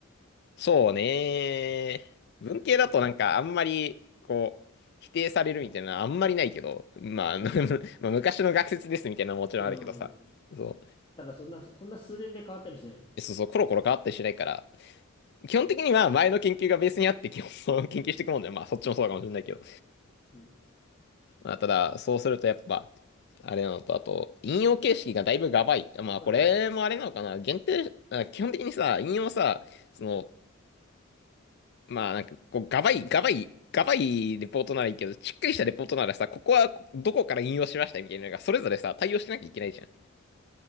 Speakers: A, on the left (about 55°); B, on the left (about 25°).
A: そうね。
B: ナレッジカットオフが。
A: 文系だとなんかあんまり、こう、否定されるみたいなのはあんまりないけど、まあ、
B: そう。
A: あの <laughs> まあ昔の学説ですみたいなのももちろんあるけどさ。
B: でも、
A: そ
B: ただそんな、そそんな数年で変わったりしないよね。
A: う。そうそう、コロコロ変わったりしないから、基本的には前の研究がベースにあって基本そう研究していくもんだよ。まあ、そっちもそうかもしれないけど。
B: うん。
A: まあ、ただ、そうするとやっぱ、あれなのと、あと、引用形式がだいぶガバい。まあ、
B: はいはい。
A: これもあれなのかな。限定、あ基本的にさ、引用さ、その、まあなんかこうガバいガバいガバいレポートならいいけどしっかりしたレポートならさここはどこから引用しましたみたいなのがそれぞれさ対応しなきゃいけないじゃん。
B: うん。